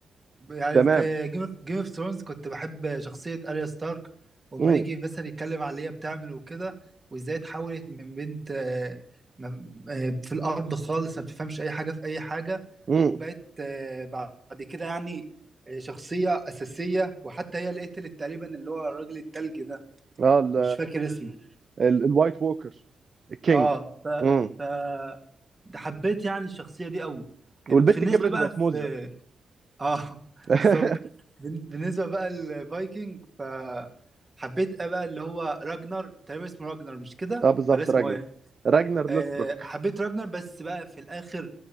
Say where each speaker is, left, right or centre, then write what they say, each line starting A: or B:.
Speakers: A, on the right; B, on the right.
A: يعني
B: تمام
A: في جيم اوف جيم اوف ثرونز كنت بحب شخصيه اريا ستارك وما
B: امم
A: يجي مثلا يتكلم على اللي هي بتعمل وكده وازاي اتحولت من بنت آه ما- آه، في الارض خالص ما بتفهمش اي حاجه في اي حاجه
B: امم
A: وبقت آه بعد كده يعني آه، شخصيه اساسيه وحتى هي اللي قتلت تقريبا اللي هو الراجل التلجي ده
B: اه ال-
A: مش فاكر اسمه
B: ال- الوايت ووكر الكينج
A: اه ف
B: امم
A: ف ده حبيت يعني الشخصيه دي قوي
B: والبت
A: أم- في النسبه
B: كبرت
A: بقى
B: وبقت
A: في
B: موزه
A: اه <laughs>
B: <laughs>
A: بالظبط بال- بالنسبه بقى الفايكنج ف حبيت إيه بقى اللي هو راجنر تقريبا اسمه راجنر مش كده
B: اه بالظبط
A: ولا اسمه
B: راجنر
A: ايه
B: راجنر
A: آه
B: لوثبروك
A: حبيت راجنر بس بقى في الاخر